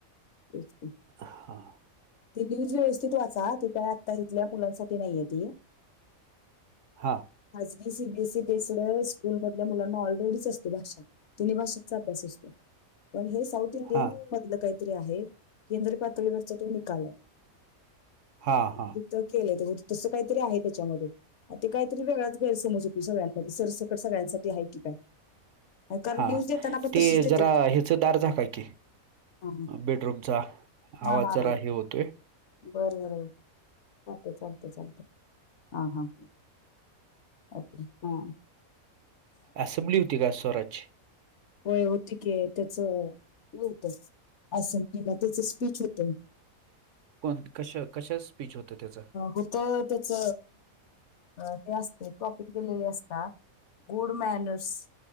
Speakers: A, on the left; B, on the right.
A: तेस आहे
B: हा हा
A: ती न्यूज व्यवस्थित वाचा ती काय आत्ता इथल्या मुलांसाठी नाहीय ती
B: हा
A: खाजगी सीबीएसई बस स्कूल मधल्या मुलांना ऑलरेडीच असते भाषा ति भाषा अ असतो पण हे साऊथ इंडियन
B: हा
A: मध काहीतरी आहें केद्र पातळीवर तो ल
B: हा हा
A: तु केलंय ते तसं काहीतरी आहे त्याच्यामध्ये ते कायतरी वेगळाच गैरसमज होतो सगळ्यांमध्ये सरसकट सगळ्यांसाठी आहे की काय कारण
B: हा
A: न्यूज देताना पण
B: ते
A: तशीच देतात
B: जरा ह्याच दार झाका की
A: हा हा.
B: बेडरूमचा
A: हा
B: आवाज
A: हा
B: जरा
A: हा
B: हे होतोय
A: बरं बर चालते चालते चालते हा हा ओके हा
B: असेंब्ली होती का स्वराजची?
A: होय होती की त्याच हे होत असलेला त्याच स्पीच होतं
B: कोण कशा कशा स्पीच होत त्याचा
A: होत त्याच हे असते टॉपिक दिलेले असतात. गुड मॅनर्स